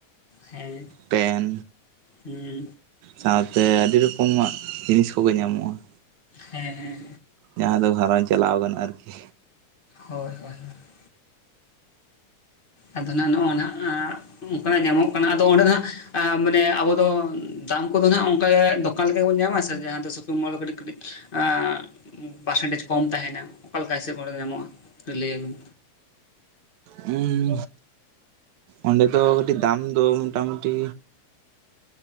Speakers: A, on the left; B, on the right.
A: ᱦᱮᱸ
B: ᱯᱮᱱ,
A: ᱦᱮᱸ
B: ᱥᱟᱶᱛᱮ ᱟᱹᱰᱤ ᱨᱚᱠᱚᱢᱟᱜ ᱡᱤᱱᱤᱥ ᱠᱚᱜᱮ ᱧᱟᱢᱚᱜᱼᱟ᱾
A: ᱦᱮᱸ ᱦᱮᱸ ᱦᱮᱸ
B: ᱡᱟᱦᱟᱸ ᱫᱚ ᱜᱷᱟᱨᱚᱸᱡᱽ ᱪᱟᱞᱟᱣ ᱜᱟᱱᱚᱜ-ᱟ ᱟᱨᱠᱤ᱾
A: ᱦᱳᱭ ᱦᱳᱭ ᱦᱳᱭ ᱾ ᱟᱫᱚ ᱱᱟᱜ ᱱᱚᱜᱼᱟ ᱟᱜ ᱚᱱᱠᱟᱱᱟᱜ ᱧᱟᱢᱚᱜ ᱠᱟᱱᱟ ᱟᱫᱚ ᱚᱸᱰᱮ ᱫᱚᱦᱟᱜ ᱢᱟᱱᱮ ᱟᱵᱚ ᱫᱚ ᱫᱟᱢ ᱠᱚᱫᱚ ᱱᱟᱜ ᱚᱱᱠᱟ ᱜᱮ ᱫᱚ ᱠᱟᱱ ᱞᱮᱠᱟ ᱜᱮ ᱵᱚᱱ ᱧᱟᱢᱟ ᱥᱮ ᱡᱟᱦᱟᱸ ᱫᱚ ᱥᱩᱯᱤᱝᱢᱚᱞ ᱨᱮ ᱠᱟᱹᱴᱤᱡ ᱠᱟᱹᱴᱤᱡᱸ ᱟ ᱯᱟᱨᱥᱮᱱᱴᱮᱡᱽ ᱠᱚᱢ ᱛᱟᱦᱮᱱᱟ ᱚᱠᱟ ᱞᱮᱠᱟ ᱦᱤᱥᱟᱹᱵ ᱚᱸᱰᱮ ᱧᱟᱢᱚᱜᱼᱟ ᱞᱟᱹᱭᱟᱵᱤᱱ᱾
B: ᱦᱩᱸ ᱚᱸᱰᱮ ᱫᱚ ᱠᱟᱹᱴᱤᱡ ᱫᱟᱢ ᱫᱚ ᱢᱚᱴᱟᱢᱩᱴᱤ